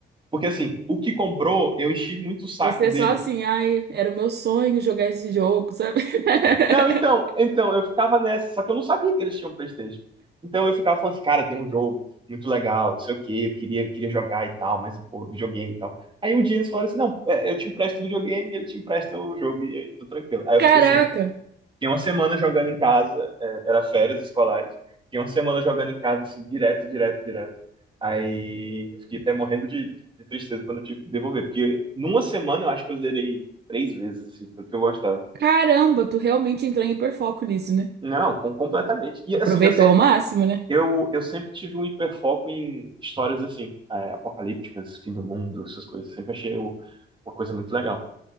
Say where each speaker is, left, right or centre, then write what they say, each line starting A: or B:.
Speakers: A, on the right (about 25°); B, on the right (about 55°).
A: Porque assim, o que comprou, eu enchi muito o saco
B: Você
A: dele.
B: só assim, ai, era o meu sonho jogar esse jogo, sabe? <laughs>
A: Não, então, então, eu ficava nessa, só que eu não sabia que eles tinham PlayStation. Então eu ficava falando assim, cara, tem um jogo muito legal, não sei o quê, eu queria, queria jogar e tal, mas, pô, videogame e tal. Aí um dia eles falaram assim, não, é, eu te empresto o videogame e ele te empresta o jogo, e aí, tô tranquilo. Aí eu
B: Caraca,
A: fiquei assim, fiquei uma semana jogando em casa, é, era férias escolares, fiquei uma semana jogando em casa, assim, direto, direto, direto. Aí eu fiquei até morrendo de, de tristeza quando eu tive que devolver, porque numa semana eu acho que eu zerei três vezes, assim, tanto que eu gostava.
B: caramba, tu realmente entrou em hiperfoco nisso, né?
A: Não, com- completamente. E assim,
B: Aproveitou
A: eu sempre,
B: ao máximo, né?
A: eu, eu sempre tive um hiperfoco em histórias assim, é, apocalípticas, fim do mundo, essas coisas. Sempre achei o- uma coisa muito legal.